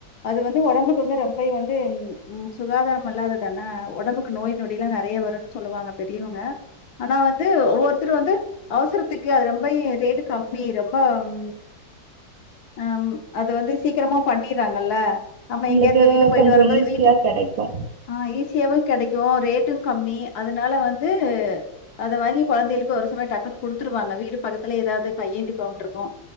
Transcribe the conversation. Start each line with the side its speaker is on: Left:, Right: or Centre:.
Left: அது வந் து ஒடம்புக்கு வந்து ரொம்பயு வந்து உ சுகாதாரம் இல்லாததானே ஒடம்புக்கு நோய் நொடி எல்லா நெறயா வருனு சொல்வாங்க பெரியவங்க ஆனா வந்து ஒவ்வொருத்தரு வந்து அவசரத்துக்கு அது ரொம்பய் ரேட்டு கம்மி ரொம்ப ஹம் ஹம் அது வந்து சீக்கிரமா பண்ணிர்றாங்கல்ல ஆமா
Right: நம்மளுக்கு
Left: எங்கேயாவது வெளியில போயிட்டு
Right: கொஞ்சோ
Left: வரும்போது
Right: ஈஸியா
Left: வீட்டு
Right: கெடைக்கு
Left: ஆஹ் ஈஸியாவு கிடைக்கும் ரேட்டு கம்மி அதனால வந்து அத வாங்கி குழந்தைகளுக்கு ஒரு சமயம் டக்குன்னு கொடுத்துருவாங்க. வீடு பக்கத்துல ஏதாவது கையேந்தி பவண்யிருக்கும்